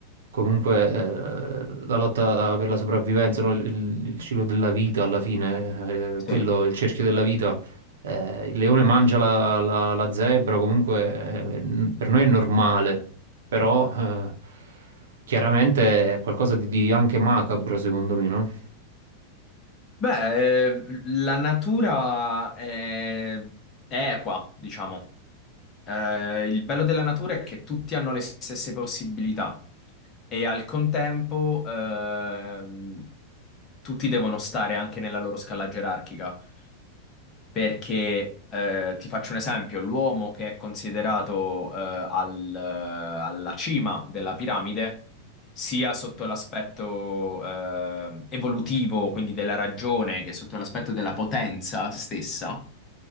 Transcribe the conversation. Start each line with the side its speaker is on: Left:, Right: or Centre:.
Right: comunque eh, la lotta per la sopravvivenza, no? Il, il- il ciclo della vita alla fine, eh, quello,
Left: Sì.
Right: il cerchio della vita, eh, il leone mangia la, la- la zebra, comunque eh, n- per noi è normale, però eh, chiaramente è qualcosa di, di anche macabro secondo me, no?
Left: Beh, eh, la natura è, è equa, diciamo. Eh, il bello della natura è che tutti hanno le stesse possibilità e al contempo ehm, tutti devono stare anche nella loro scala gerarchica. Perché eh, ti faccio un esempio, l'uomo che è considerato eh, al- eh, alla cima della piramide, sia sotto l'aspetto eh, evolutivo, quindi della ragione, che sotto l'aspetto della potenza stessa,